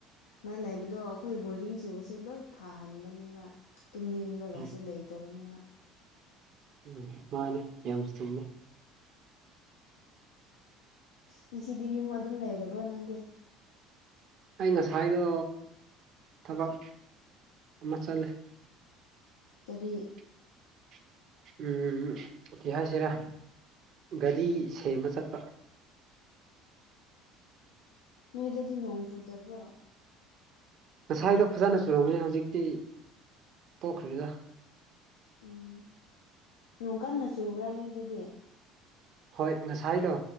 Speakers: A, on the left; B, on the right.
A: ꯃꯥ ꯂꯩꯕꯗꯣ ꯑꯩꯈꯣꯏ ꯕꯣꯔꯤꯡ ꯆꯨꯕꯁꯨ ꯂꯣꯏ ꯐꯍꯟꯕꯅꯦꯕ ꯇꯨꯝꯅꯤꯡ ꯒꯁꯨ
B: ꯎꯝ
A: ꯂꯩꯇꯕꯅꯦꯕ
B: ꯎꯝ ꯃꯥꯅꯦ ꯌꯥꯝ ꯆꯨꯝꯃꯦ
A: ꯉꯁꯤꯗꯤ ꯌꯨꯝ ꯑꯗꯨꯝ ꯂꯩꯔꯕ꯭ꯔ ꯅꯪꯗꯤ
B: ꯑꯩ ꯉꯁꯥꯏꯗꯣ ꯊꯕꯛ ꯑꯃ ꯆꯠꯂꯦ
A: ꯀꯔꯤ
B: 'inaudible' ꯎꯝ ꯀꯩ ꯍꯥꯏꯁꯤꯔꯥ ꯒꯥꯔꯤ ꯁꯦꯝꯕ ꯆꯠꯄ
A: ꯅꯣꯏ ꯑꯗꯨꯗꯤ ꯅꯣꯡ ꯆꯨꯗꯕ꯭ꯔꯣ
B: ꯉꯁꯥꯏꯗꯣ ꯐꯖꯅ ꯆꯨꯔꯝꯝꯕꯅꯤ ꯍꯧꯖꯤꯛꯇꯤ ꯇꯣꯛꯈ꯭ꯔꯤꯗ
A: ꯎꯝ ꯅꯣꯡ ꯀꯟꯅ ꯆꯨꯕ꯭ꯔꯥ ꯅꯣꯏꯗꯗꯤ
B: ꯍꯣꯏ ꯉꯁꯥꯏꯗꯣ